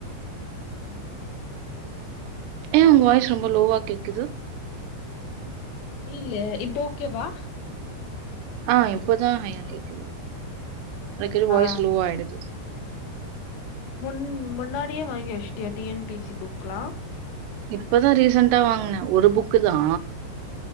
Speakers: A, on the left; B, on the right.
A: உம்
B: ஏ உங்க வாய்ஸ் ரொம்ப லோவா கேக்குது
A: தெரில இப்போ ஓகேவா
B: ஆ இப்பதா ஹையா கேக்குது அடிக்கடி வாயஸ்
A: ஆ
B: லோவ் ஆயிடுது
A: முன் முன்னாடியே வாங்கி வச்சுடியா டி என் பி சி புக்லா
B: இப்பதா ரீசன்டா வாங்குனே ஒரு புக்குதா